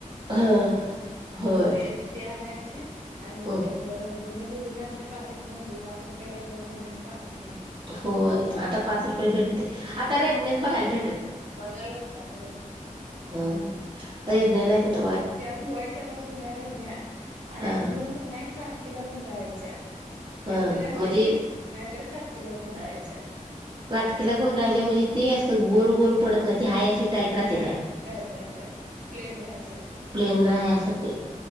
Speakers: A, on the right; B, on the right.
A: लाल
B: ह
A: रिबीन.
B: होय
A: ते ते आणायच. आणि
B: हो
A: जर जुनियर रेवन्यू असली पाकेट मधली पाच रुपयाला दोन रेबनीच पाकेट.
B: होय आता पाच रुपये भेटते आता रेबनेच बघायला भेट
A: बघायलाच नाही तरीे मी आता.
B: अरे ब्रेनत त
A: त्या धुवायच्या मग जुन्या रेबण्या आणि
B: हा
A: धुवन का नाही. काटकीला गुंडाळायच्या
B: हा
A: इत्री असली
B: म्हणजे
A: ठीक नाहीतर काटकीला गुंडाळायच्या.
B: काटकीेला गुंडायच्या म्हणजे ते असं गोल गोल पडत. हाय अशी टाईट राहते
A: हा
B: त्या
A: टाईट राहत्यात प्लेन राहण्यासाठी
B: प्लेन रा तेे.